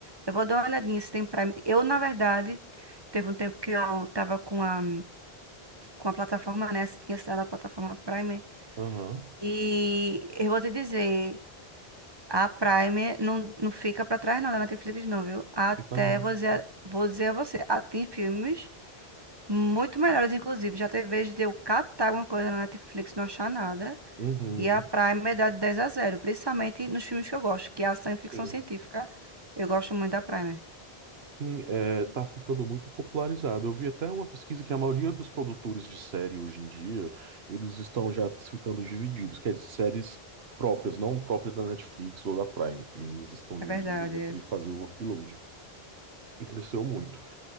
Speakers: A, on the right; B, on the right.
A: eu vou dar uma olhadinha se tem Prime. Eu, na verdade, teve um tempo que eu tava com a, com a plataforma, né? Tinha assinado a plataforma Prime.
B: Aham,
A: E eu vou te dizer, a Prime não, não fica pra trás, não, da Netflix, não, viu? Até
B: Fica não.
A: vou dizer, vou dizer a você, ah, tem filmes muito melhores, inclusive. Já teve vez de eu catar alguma coisa na Netflix e não achar nada.
B: Uhum.
A: E a Prime é dá de 10 a 0, principalmente nos filmes que eu gosto, que é ação e ficção
B: Sim.
A: científica. Eu gosto muito da Prime.
B: Sim, é, tá ficando muito popularizado. Eu vi até uma pesquisa que a maioria dos produtores de série hoje em dia, eles estão já ficando divididos, quer dizer, séries próprias, não próprias da Netflix ou da Prime. Eles estão divididos
A: É verdade.
B: entre
A: é.
B: fazer o upload. E cresceu muito.